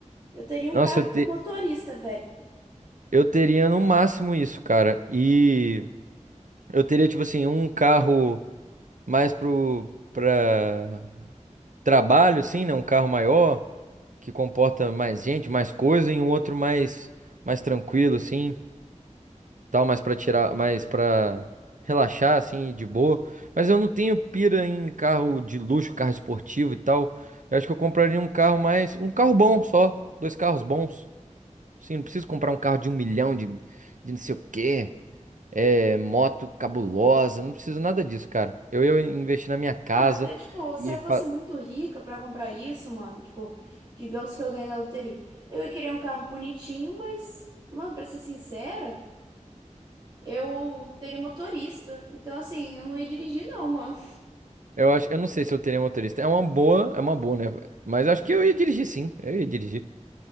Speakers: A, on the right; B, on the right.
A: Eu teria um
B: Nossa,
A: carro
B: eu,
A: com
B: te-
A: motorista, velho.
B: eu teria no máximo isso, cara. E eu teria, tipo assim, um carro mais pro, pra trabalho, assim, né? Um carro maior, que comporta mais gente, mais coisa, e um outro mais, mais tranquilo, assim, tal, mais pra tirar, mais pra relaxar, assim, de boa. Mas eu não tenho pira em carro de luxo, carro esportivo e tal. Eu acho que eu compraria um carro mais, um carro bom só, dois carros bons. Sim, não preciso comprar um carro de um milhão, de, de não sei o quê, é, moto cabulosa, não preciso nada disso, cara. Eu ia investir na minha casa.
A: Ah, até, tipo, se
B: e
A: eu fosse
B: fa-
A: muito rica pra comprar isso, mano, tipo, digamos que eu ganhei na loteria. Eu ia querer um carro bonitinho, mas, mano, pra ser sincera, eu teria motorista. Então, assim, eu não ia dirigir, não, mano.
B: Eu acho, eu não sei se eu teria motorista. É uma boa, é uma boa, né? Mas acho que eu ia dirigir sim. Eu ia dirigir.